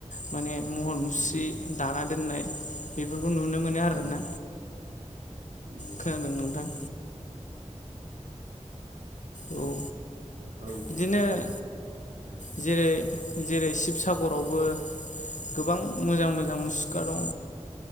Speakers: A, on the left; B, on the right.
A: माने महर मुस्रि
B: उम
A: दाना दोननाय बेफोर खौ नुनो मोनो आरोना
B: उम उम
A: खोनादों नोंथां औ
B: औ
A: बिदिनो
B: खोनादों दों
A: जेरै जेरै शिबसागरावबो गोबां मोजां मोजां मुसुखा दं।